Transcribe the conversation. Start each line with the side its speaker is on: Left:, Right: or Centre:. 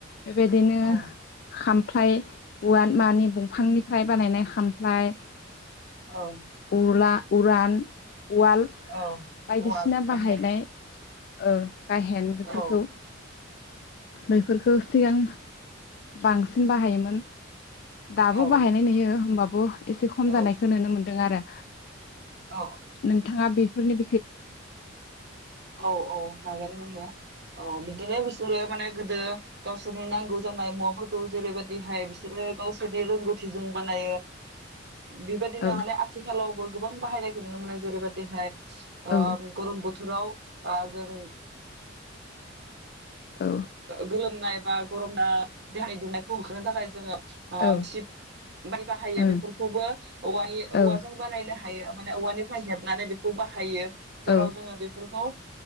Left: बेबायदिनो
Right: औ
Left: खाम फ्लाय औवा मानि दंफांनिफ्राय बानायनाय खामफ्लाय
Right: औ
Left: उला उरान उवाल
Right: औ
Left: बायदिसिना
Right: औवाल गाहेन
Left: बाहायनाय ओ गाहेन बेफोरखौ
Right: औ
Left: बेफोरखो सिगां बांसिन बाहायोमोन। दाबो
Right: औ
Left: बाहायनाय नुयो होमबाबो एसे खम
Right: औ
Left: जानायखौ नुनो मोनदों आरो।
Right: औ
Left: नोंथाङा बे फोरनि
Right: औ औ हागोन बुंनो औ बिदिनो बुस तु गोदो माने गोदो गावसोरनि नांगौ जानाय मुवाफोरखौ जेरैबदिहाय बिसोरो गावसोरनि रोंगौथिजों बानायो बेबायदिनो
Left: औ
Right: माने आथिखालावबो गोबां बाहायनायखौ नुनो मोनो जेरैबायदिहाय आ
Left: औ
Right: गरम बोथोराव बा जों
Left: औ
Right: गोलोमनायबा गरमनाय <unintelligible> होखांनो थाखाय जोंङो
Left: औ
Right: गिसिब बाहायो
Left: ओं
Right: बेफोरखौबो औवानि औवाजों
Left: औ
Right: बानायनो हायो। माने औवानिफ्राय हेबनानै बेखौ बाहायो। जेराव
Left: औ
Right: जोंङो बेफोरखौ